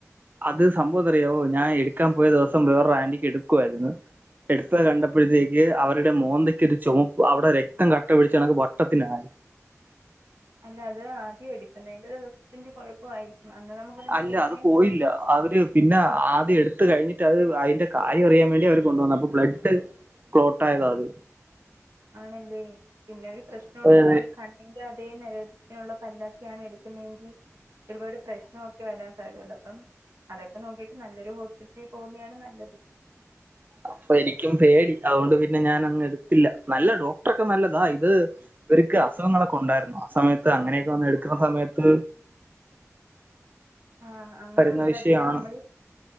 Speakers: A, on the right (about 35°); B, on the right (about 65°).
A: അത് സംഭവം എന്താ അറിയാവോ ഞാൻ എടുക്കാൻ പോയ ദിവസം വേറൊരു ആന്റിക്ക് എടുക്കുവായിരുന്നു എടുത്തത് കണ്ടപ്പഴത്തേക്ക് അവരുടെ മോന്തക്ക് ഒരു ചുമപ്പ് അവടെ രക്തം കട്ട പിടച്ച കണക്ക് വട്ടത്തിനായി
B: അല്ല അത് ആദ്യം എടുക്കുന്നതിൻ്റെ ദിവസത്തിന്റെ കുഴപ്പവായിരിക്കും അന്ന് നമുക്ക് നല്ല
A: അല്ല
B: വേദനയെക്കെ
A: അത് പോയില്ല
B: കാണും
A: അവര് പിന്നെ ആദ്യം എട്ത്ത് കഴിഞ്ഞിട്ട് അത് അതിന്റെ കാര്യം അറിയാൻ വേണ്ടി അവര് കൊണ്ട് വന്നതാ അപ്പൊ ബ്ലഡ് ക്ലോട്ട് ആയതാ അത്
B: ആണല്ലേ പിന്നെ ഒരു പ്രശ്നംണ്ട്
A: അത്
B: നമ്മൾ ഈ കണ്ണിന്റെ അതേ നിരത്തിനുള്ള പല്ലക്കെ ആണ് എടു ക്ക്ണെങ്കി ഒരുപാട് പ്രശ് നൊക്കെ വരാൻ സാധ്യതയണ്ട് അപ്പം അതൊക്കെ നോക്കിയിട്ട് നല്ലൊരു ഹോസ്പിറ്റലിൽ പോകുന്നയാണ് നല്ലത്
A: അപ്പൊ എനിക്കും പേടി അതുകൊണ്ട് പിന്നെ ഞാൻ അങ്ങ് എടുത്തില്ല നല്ല ഡോക്ടറൊക്കെ നല്ലതാ ഇത് ഇവർക്ക് അസുഖങ്ങളൊക്കെ ഉണ്ടായിരുന്നു ആ സമയത്ത് അങ്ങനെയൊക്കെ വന്ന് എടുക്ക്ണ സമയത്ത്
B: ആഹ് അങ്ങനെ
A: വരുന്ന
B: ഉണ്ടടാ
A: വിഷയമാണ്
B: പിന്നെ നമ്മള്